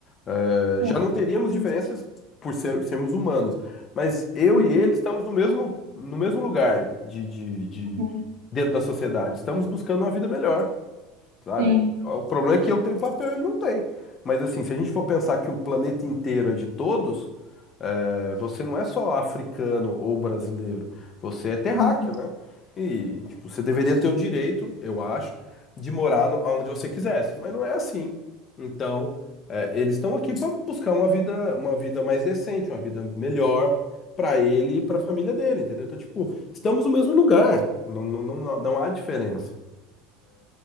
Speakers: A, on the left; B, on the right.
A: É,
B: É.
A: já não teríamos
B: Uhum.
A: diferenças por ser- sermos humanos. Mas eu
B: Uhum.
A: e ele estamos no mesmo, no mesmo lugar de, de, de-
B: Uhum.
A: dentro da sociedade. Estamos buscando uma vida melhor sabe?
B: Sim.
A: O problema é que eu tenho papel e ele não tem. Mas assim, se a gente for pensar que o planeta inteiro é de todos, é, você não é só africano ou brasileiro, você é terráqueo,
B: Uhum.
A: né? E tipo, você deveria ter o direito, eu acho, de morar no- onde você quisesse, mas não é assim. Então, é, eles estão aqui para buscar uma vida, uma vida mais decente, uma vida melhor para ele e para a família dele, entendeu? Então, tipo, estamos no mesmo lugar, não, não, não, não há diferença.